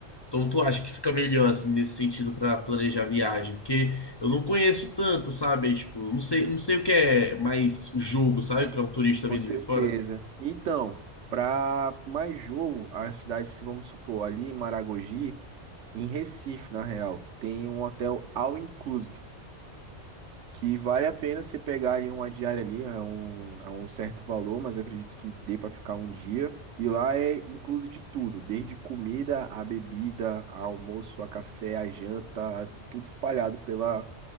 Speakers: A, on the left; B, on the right.
A: como tu acha que fica melhor, assim, nesse sentido pra planejar a viagem? Porque eu não conheço tanto, sabe? Aí, tipo, não sei, não sei o que é mais jogo, sabe? Pra um turista
B: Com
A: vindo
B: certeza.
A: de fora.
B: Então, para mais jogo, as cidades, que, vamos supor, ali em Maragogi, em Recife, na real, tem um hotel all inclusive. que vale a pena você pegar ali uma diária ali, é um, é um certo valor, mas eu acredito que dê para ficar um dia. E lá é incluso de tudo, desde comida, a bebida, a almoço, a café, a janta, a- tudo espalhado pela